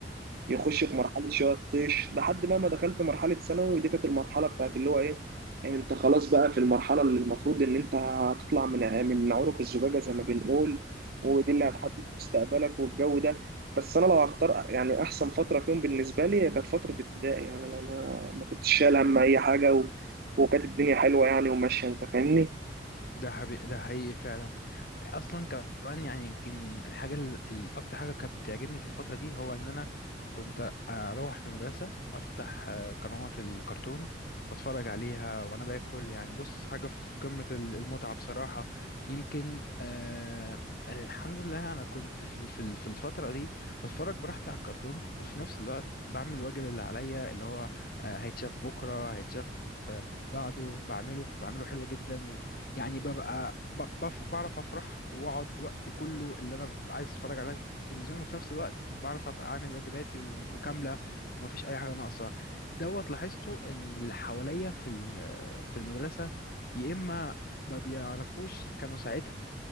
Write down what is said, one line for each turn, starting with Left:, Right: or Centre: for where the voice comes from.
Right: ويخش في مرحله شويه الطيش لحد بقى ما دخلت مرحله ثانوي دي كانت المرحله بتاعت اللي هو ايه انت خلاص بقى في المرحله اللي المفروض ان انت هتطلع من من عنق الزجاجة زي ما بنقول ودي اللي
Left: ايوه
Right: هتحدد مستقبلك والجو ده بس انا لو هختار يعني احسن فترة فيهم بالنسبة لي هي كانت فترة ابتدائي يعني انا ما ما كنتش شايل هم اي حاجة و... وكانت الدنيا حلوة يعني وماشية انت فاهمني
Left: ده حبي... ده حقيقي فعلا اصلا كمان يعني يمكن الحاجه ال- الاكتر حاجه كانت بتعجبني في الفتره دي هو ان انا كنت اروح من المدرسه افتح آه، قنوات الكرتون واتفرج عليها وانا باكل يعني بص حاجه في قمه ال- المتعه بصراحه يمكن آه الحمد لله انا كنت في ال- في ال- في الفتره دي بتفرج براحتي على الكرتون وفي نفس الوقت بعمل الواجب اللي عليا اللي هو آه، هيتشاف بكره هيتشاف آه، بعده بعمله بعمله حلو جدا يعني ببقى ب- بف- بعرف افرح واقعد وقتي كله اللي انا ببقى عايز اتفرج على التلفزيون وفي نفس الوقت بعرف ابقى عامل واجباتي وم- وكامله ومفيش اي حاجه ناقصه دوت لاحظته ان اللي حواليا في ال- في المدرسه يا اما ما بيعرفوش كانوا ساعتها